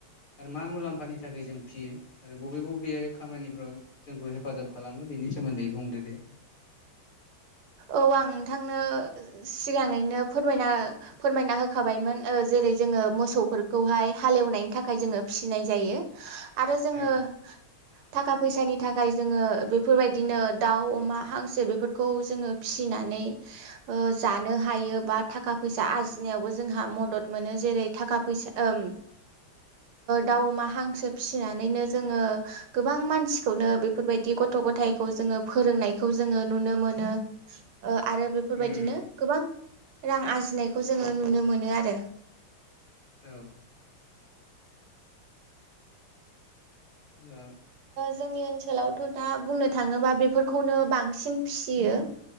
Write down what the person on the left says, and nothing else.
आरो मा मुलाम्फानि थाखाय जों फियो आरो बबे बबे खामानिफ्राव जोंखौ हेफाजाब खालामो बिनि सोमोन्दै बुंदो दे
औ
<inaudible>
उम
औ ओ